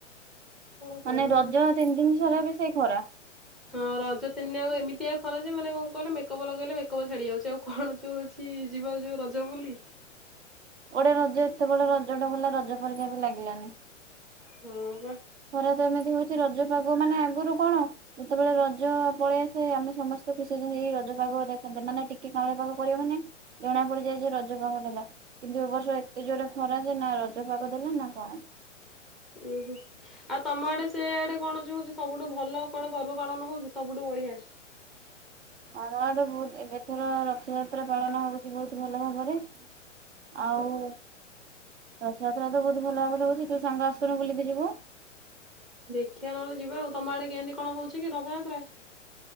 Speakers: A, in the centre; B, on the right.
A: କଣ କହିବୁ
B: ମାନେ ରଜ ତିନି ଦିନି ସାରା ବି ସେଇ ଖରା।
A: ହଁ ରଜ ତିନି ଦିନ ଯାକ ଏମିତିଆ ଖରା ଯେ ମାନେ କଣ କହିଲେ ମେକଅପ୍ ଲଗେଇଲେ ମେକଅପ୍ ଛାଡି ଯାଉଛି ଆଉ କଣ ଯୋଉ ହଉଛି କି ଯିବ ଯୋଉ ରଜ ବୁଲି।
B: ଗୋଟେ ରଜ ଏତେ ବଡ ରଜଟା ଗଲା ରଜ ପରିକା ବି ଲାଗିଲାନି।
A: ହଁ ବା।
B: ଖରା ତ ଏମିତି ହଉଛି ରଜ ପାଗ ମାନେ ଆଗରୁ କଣ ଯେତେବେଳେ ରଜ ପଳେଇ ଆସେ ଆମେ ସମସ୍ତେ ମିସି ଏଇ ରଜ ପାଗ ଦେଖନ୍ତେ ମାନେ ଟିକେ କାଉଁଳିଆ ପାଗ କରିବ ମାନେ ଜଣା ପଡ଼ିଯାଏ ଯେ ରଜ ପାଗ ଦେଲା। କିନ୍ତୁ ଏ ବର୍ଷ ଏତେ ଜୋର୍ ରେ ଖରା ଯେ ନାଁ ରଜ ପାଗ ଦେଲା ନାଁ କଣ।
A: ଉୁଁ ହୁଁ। ଆଉ ତମ ଆଡେ ସେ ଆଡେ କଣ ଯୋଉ ହଉଛି ସବୁଠୁ ଭଲ କଣ ପର୍ବ ପାଳନ ହଉଛି ସବୁଠୁ ବଢିଆ?
B: ଆମର ଏଠି ବହୁତ ଏଥର ରଥଯାତ୍ରା ପାଳନ ହଉ ବହୁତ ଭଲ ଭାବରେ ଆଉ ରଥଯାତ୍ରା ତ ବହୁତ ଭଲ ଭାବରେ ହଉଛି ତୁ ସାଙ୍ଗ ଆସୁନୁ ବୁଲିକି ଯିବୁ।
A: ଦେଖିବା ନହେଲେ ଯିବା ଆଉ ତମ ଆଡେ କେମିତି କଣ ହଉଛି କି ରଥଯାତ୍ରା?